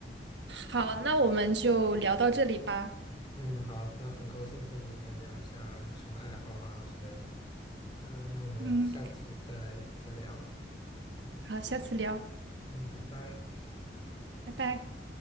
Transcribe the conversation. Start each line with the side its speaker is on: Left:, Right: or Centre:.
Right: 好，那我们就聊到这里吧。
Left: 嗯，好，那很高兴和你能聊一下日常的爱好啊之类的。呃，那我们下次再再聊。
Right: 嗯，好，下次聊，
Left: 嗯，拜拜。
Right: 拜拜。